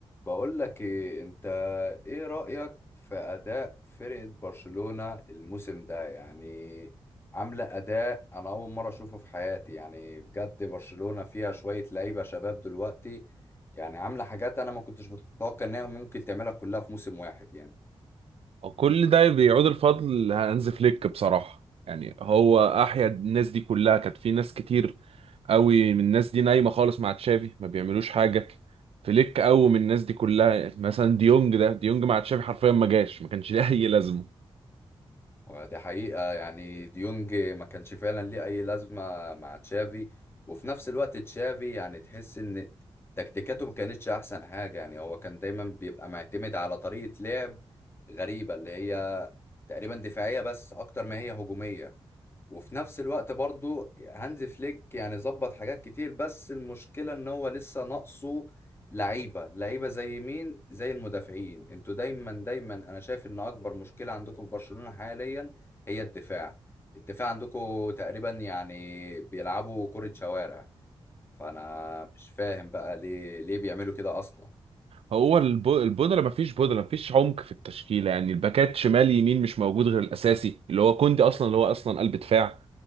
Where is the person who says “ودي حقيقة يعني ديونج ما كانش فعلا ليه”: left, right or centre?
Left